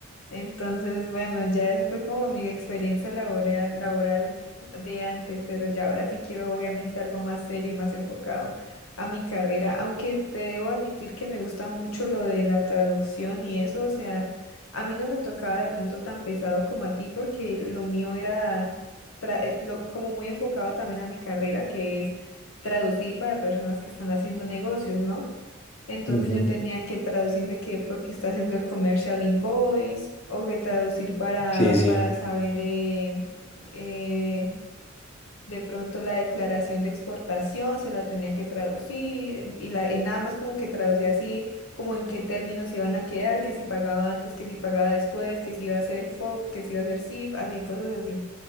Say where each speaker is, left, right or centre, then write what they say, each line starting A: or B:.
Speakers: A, on the left; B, on the left.
A: Entonces, bueno, ya eso fue como mi experiencia laboral, laboral de antes, pero ya ahora sí quiero obviamente algo más serio y más enfocado a mi carrera, aunque te debo admitir que me gusta mucho lo de la traducción y eso, o sea, a mí no me tocaba de pronto tan pesado como a ti porque lo mío era tra- eh, lo- como muy enfocado también a mi carrera, que es traducir para personas que están haciendo negocios, ¿no? Entonces
B: Ujú,
A: yo tenía que traducirle que porque está haciendo el commercial invoice o que traducir para,
B: Sí, sí.
A: para saber eh, eh, de pronto la declaración de exportación, se la tenía que traducir y, la, y nada más como que traducía así como en qué términos iban a quedar, que si pagaba antes, que si pagaba después, que si iba a ser FOB, que si iba a ser CIF, así cosas así.